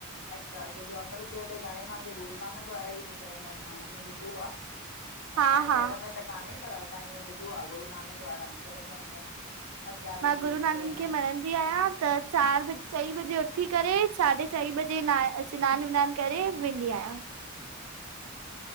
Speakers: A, on the left; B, on the right.
A: अच्छा अच्छा, जो अमृत वेले घणे भांगे गुरू नानक वारा ई निकिरंदा आहिनि मां ईअं ॿुधो आ। असांजे
B: हा
A: शहर
B: हा
A: में त कान्हे पर असां ईअं ॿुधो आ गुरुनानक वारा निकिरंदा आहिनि घणा। पंजाबी
B: मां
A: इहे
B: गुरू
A: निकिरंदा
B: नानक खे
A: आहिनि
B: मनन्दी आहियां त चारि ब, चईं बजे उथी करे साढे चईं बजे, न सनानु, वनान करे वेंदी आहियां।